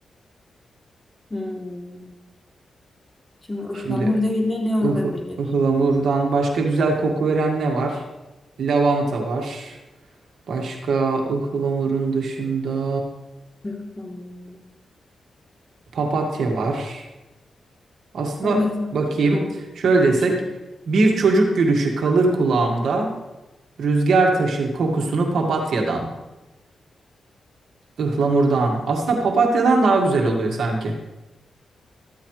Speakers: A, on the left; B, on the right.
A: Hmm. Şimdi
B: Şimdi
A: ıhlamur değil de ne olabilir?
B: ıhı, ıhlamurdan başka güzel koku veren ne var? Lavanta var. Başka ıhlamurun dışında
A: Ihlamur.
B: papatya var. Aslında
A: O da sanki
B: bakayım,
A: çok
B: şöyle desek,
A: çiğ.
B: bir çocuk gülüşü kalır kulağımda, rüzgar taşır kokusunu papatyadan, ıhlamurdan. Aslında papatyadan daha güzel oluyor sanki.